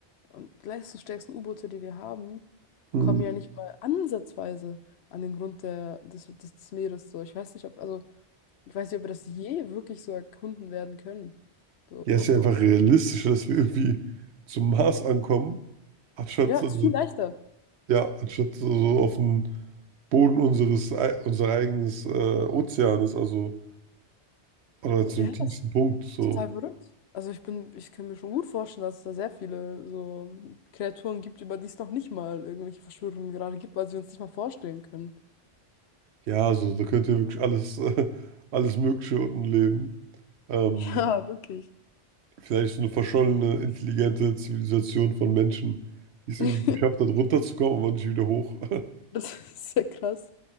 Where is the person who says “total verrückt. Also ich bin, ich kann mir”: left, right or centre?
Left